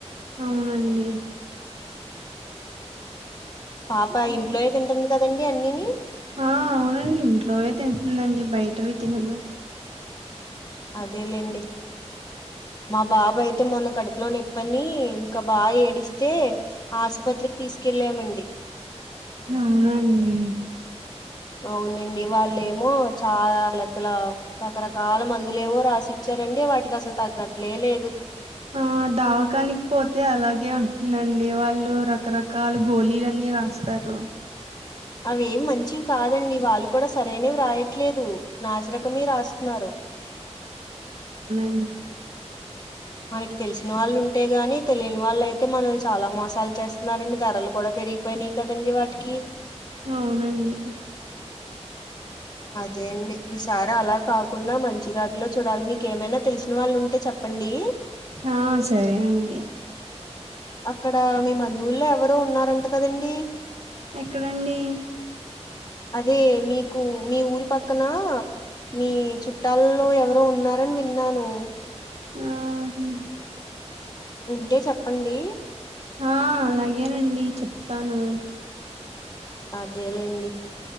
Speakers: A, on the right; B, on the left.
A: అవునండి
B: పాప
A: హ్మ్.
B: ఇంట్లోయే తింటుంది కదండి అన్నిని
A: ఆ అవునండి ఇంట్లోవే తింటుందండి బయటవి తినదు
B: అదే లేండి మా బాబాయితే మొన్న కడుపులోనొప్పని ఇంకా బా ఏడిస్తే ఆసుపత్రికి తీసుకె కెల్లమండి
A: అవునండి
B: అవునండి వాళ్ళేమో చాలా లకల రకరకాల మందులు ఏమో రాసి ఇచ్చారండి వాటికి అసలు తగ్గట్లే లేదు
A: ఆ దావకాని పోతే అలాగే అవుతుదండి వాళ్ళు రకరకాల గోలీలన్నీ రాస్తారు
B: అవేమి మంచివి కాదండి వాళ్ళు కూడా సరైనవి రాయట్లేదు నాసిరకమే రాస్తున్నారు
A: ఉ
B: మనకి తెలిసిన వాళ్ళు ఉంటే గానీ తెలియని వాళ్ళు అయితే మనల్ని చాలా మోసాలు చేస్తున్నారండి ధరలు కూడా పె ఇరిగిపోయినాయి కదండి వాట్కి
A: అవునండి
B: అదే అండి ఈసారి అలా కాకుండా మంచి దాటిలో చూడాలి మీకేమైనా తెలిసిన వాళ్ళు ఉంటే చెప్ ప్పండి
A: ఆ సరే అండి
B: అక్కడ మీ మందువుల్లో ఎవరో ఉన్నారంట కదండి
A: ఎక్కడండి
B: అదే మీకు మీ ఊరి పక్కన మీ చుట్టాలల్లో ఎవరో ఉన్నారని విన్నాను
A: ఆ హు
B: ఉంటే చెప్పండి
A: ఆ అలాగేనండి చెప్తాను
B: అదేలేండి